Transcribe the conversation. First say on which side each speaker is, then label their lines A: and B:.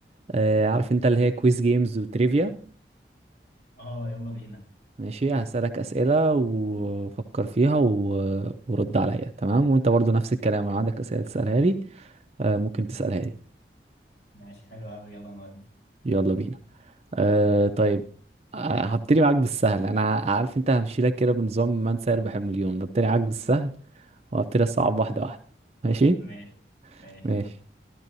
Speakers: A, on the right; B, on the left.
A: آه، عارف انت اللي هي كويز جيمز وتريفيا
B: اه يلا بينا
A: ماشي هسألك أسئلة وفكر فيها و- ورد عليا تمام وانت برضو نفس الكلام لو عندك أسئلة تسألها لي آه، ممكن تسألها لي
B: ماشي حلو قوي يلا نودي
A: يلا بينا أه طيب أه هبتدي معاك بالسهل انا عارف انت همشيلك كده بنظام من سيربح المليون هبتدي معاك بالسهل وهبتدي اصعب
B: <laughs>
A: واحده واحده ماشي
B: ماشي ماشي
A: ماشي